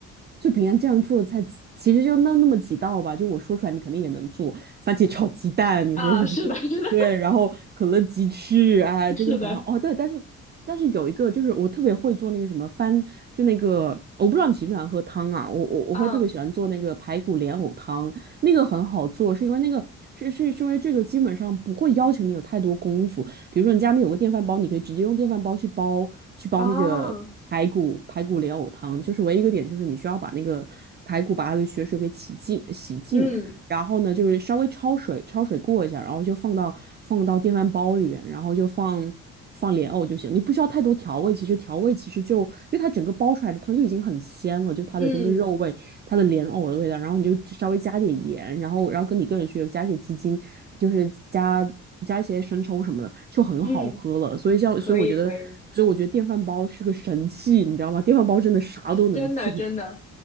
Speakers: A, on the right (about 35°); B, on the left (about 25°).
A: 就平安这样做的菜，其实就那那么几道吧。就我说出来，你肯定也能做。番茄炒鸡蛋，你说是不是？
B: 啊？是的，是的，
A: <laughs> 对，然后可乐鸡翅，哎，
B: <laughs>
A: 这个很好。
B: 是的，
A: 哦，对，但是但是有一个就是我特别会做那个什么番，就那个我不知道你喜不喜欢喝汤啊。我我我会特别喜欢做那个排骨莲藕汤，
B: 啊
A: 那个很好做，是因为那个是是是因为这个基本上不会要求你有太多功夫。比如说你家里面有个电饭煲，你可以直接用电饭煲去煲去煲那个排骨排骨莲藕汤，
B: 啊，
A: 就是唯一一个点就是你需要把那个排骨把它的血水给洗净洗净，
B: 嗯
A: 然后呢，就是稍微焯水，焯水过一下，然后就放到放到电饭煲里边，然后就放放莲藕就行，你不需要太多调味。其实调味其实就因为它整个煲出来的汤就已经很鲜了，就它的那个肉味，
B: 嗯
A: 它的莲藕的味道，然后你就稍微加点盐，然后然后跟你个人需求加些鸡精，就是加加一些生抽什么的，就很好喝了。
B: 嗯，
A: 所以像所以我觉得，
B: 可以可以，
A: 所以我觉得电饭煲是个神器，你知道吗？电饭煲真的啥都能做。
B: 真的真的。